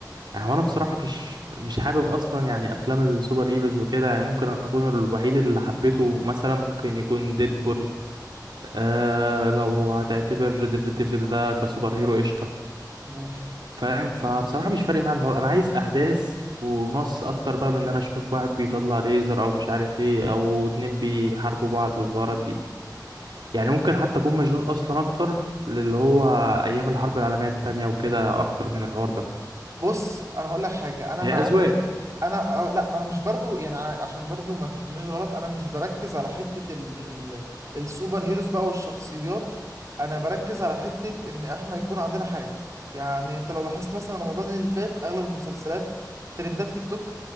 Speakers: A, on the right; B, on the right.
A: يعني هو انا بصراحه مش مش حابب اصلا يعني افلام السوبر هيروز وكده يعني ممكن اكون الوحيد اللي حبيته مثلا ممكن يكون ديدبول آه لو هتعتبر دير ديفل ده كسوبر هيرو قشطه
B: ماشي
A: فاهم فبصراحه مش فارق معايا الحوار انا عايز احداث ونص اكتر بقى من ان انا اشوف واحد بيطلع ليزر او مش عارف ايه او اتنين بيحاربوا بعض والحوارات دي يعني ممكن حتى اكون مشدود اصلا اكتر للي هو ايام الحرب العالميه التانية وكده اكتر من الحوار ده
B: بص انا هقول لك حاجة انا
A: هي
B: مع
A: اذواق
B: انا آه، لا ما انا مش برضو يعني ع- عشان برضو ما تفهمنيش غلط انا مش بركز على حتة ال ال السوبر هيروز بقى والشخصيات انا بركز على حتة ان احنا يكون عندنا حاجة يعني انت لو لاحظت مثلا رمضان اللي فات اغلب المسلسلات ترندات تيك توك